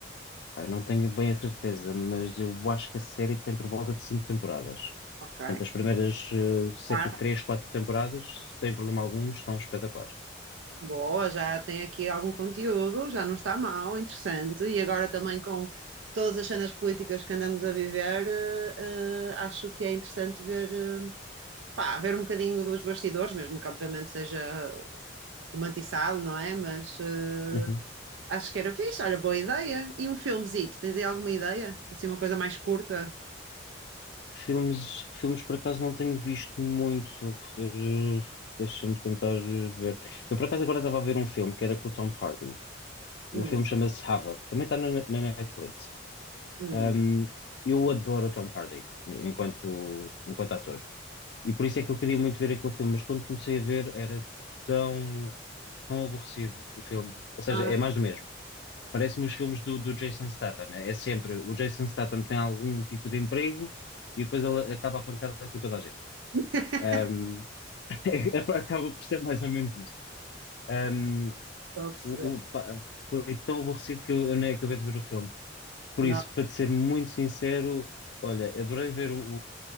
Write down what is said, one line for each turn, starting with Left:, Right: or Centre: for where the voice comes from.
Left: eu não tenho bem a certeza, mas eu acho que a série tem por volta de cinco temporadas.
Right: Ok,
Left: Portanto, as primeiras, eh, cerca
Right: quatro.
Left: de três, quatro temporadas, sem problema algum, estão espetaculares.
Right: Boa, já tem aqui algum conteúdo, já não está mal, interessante. E agora também com todas as cenas políticas que andamos a viver, eh, eh, acho que é interessante ver, eh, pá, ver um bocadinho dos bastidores, mesmo que obviamente seja romantizado, não é? Mas eh,
Left: <laughs> Uhum.
Right: acho que era fixe, olha, boa ideia. E um filmezito, tens aí alguma ideia? Assim, uma coisa mais curta?
Left: Filmes, filmes por acaso não tenho visto muito. Eh, Deixa-me tentar eh, ver. Eu por acaso agora estava a ver um filme que era com o Tom Hardy. O
Right: Hum,
Left: filme chama-se Havoc. Também está na, na Netflix.
Right: hum.
Left: Um, eu adoro o Tom Hardy eh, enquanto, enquanto ator. E por isso é que eu queria muito ver aquele filme, mas quando comecei a ver era tão, tão aborrecido o filme. Ou seja,
Right: Ah,
Left: é mais do mesmo. Parece-me os filmes do, do Jason Statham. É é sempre, o Jason Statham tem algum tipo de emprego e depois ele acaba a pancada com toda a gente.
Right: <laughs>
Left: Um, <laughs> acaba por ser mais ou menos isto. Um,
Right: estou a perceber.
Left: o- o- pá, foi tão aborrecido que eu, eu nem acabei de ver o filme. Por
Right: Não.
Left: isso, para te ser muito sincero, olha, adorei ver o,